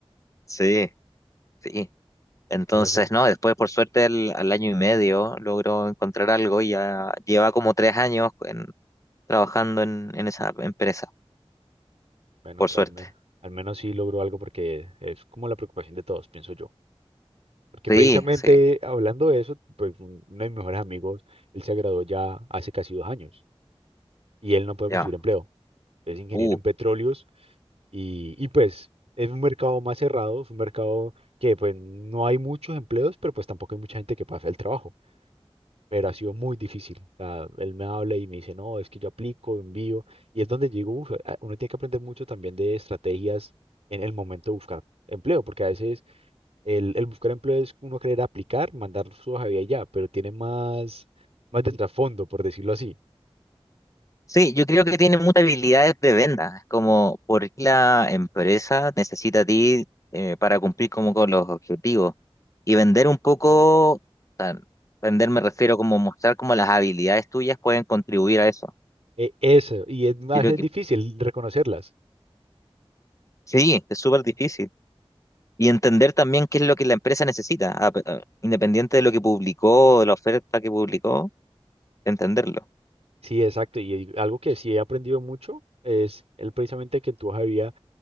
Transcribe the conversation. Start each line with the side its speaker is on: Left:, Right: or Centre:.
Left: Sí, sí. Entonces,
Right: ¿no? Fue-
Left: no, después por suerte al, al año y medio logró encontrar algo y ya lleva como tres años en- trabajando en, en esa empresa,
Right: bueno,
Left: por
Right: pero
Left: suerte.
Right: al menos, al menos sí logró algo porque es como la preocupación de todos, pienso yo. Porque
Left: Sí,
Right: precisamente
Left: sí,
Right: hablando de eso, pues un- uno de mis mejores amigos, él se graduó ya hace casi dos años y él no puede
Left: ya.
Right: conseguir empleo. Es ingeniero
Left: Uh,
Right: en petróleos Y, y pues es un mercado más cerrado, es un mercado que pues no hay muchos empleos, pero pues tampoco hay mucha gente que pase el trabajo. Pero ha sido muy difícil. O sea, él me habla y me dice, no, es que yo aplico, envío. Y es donde digo, "Uf, a- uno tiene que aprender mucho también de estrategias en el momento de buscar empleo, porque a veces el, el buscar empleo es uno querer aplicar, mandar su hoja de vida y ya, pero tiene más, más de trasfondo, por decirlo así.
Left: Sí, yo creo que tiene muchas habilidades de venta, como por qué la empresa necesita a ti eh, para cumplir como con los objetivos y vender un poco, o sea, vender me refiero como mostrar como las habilidades tuyas pueden contribuir a eso.
Right: E- eso, y es más
Left: Yo creo
Right: es
Left: que
Right: difícil reconocerlas.
Left: sí, es súper difícil. Y entender también qué es lo que la empresa necesita, a- pe- a- independiente de lo que publicó, de la oferta que publicó, entenderlo.
Right: Sí, exacto. Y algo que sí he aprendido mucho es el precisamente que en tu hoja de vida,